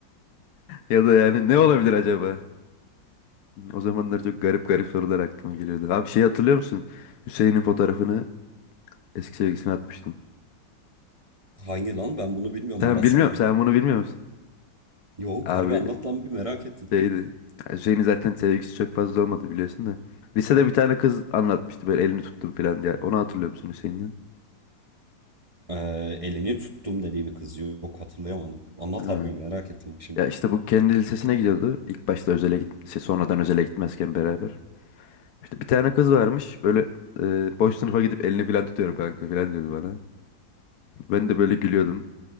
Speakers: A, on the left (about 65°); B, on the right (about 30°).
A: Ya da yani ne olabilir acaba? O zamanlar çok garip garip sorular aklıma geliyordu. Abi şey hatırlıyor musun? Hüseyin'in fotoğrafını eski sevgisine atmıştım.
B: <laughs> Hangi lan ben bunu bilmiyorum
A: Sen
B: anlatsana.
A: bilmiyorum, sen bunu bilmiyor musun?
B: Yok
A: Abi
B: harbi anlat lan bir merak ettim.
A: Şeydi. yani Hüseyin'in zaten sevgisi çok fazla olmadı biliyorsun da. Lisede bir tane kız anlatmıştı böyle elini tuttum falan diye. Onu hatırlıyor musun Hüseyin'den?
B: Ee, elini tuttum dediği bir kız yok hatırlayamadım. Anlat
A: Ha.
B: harbi merak ettim bak şimdi.
A: Ya işte bu kendi lisesine gidiyordu. İlk başta özele git şey, sonradan özele gitmezken beraber. İşte bir tane kız varmış böyle e, boş sınıfa gidip elini falan tutuyorum kanka falan diyordu bana. Ben de böyle gülüyordum.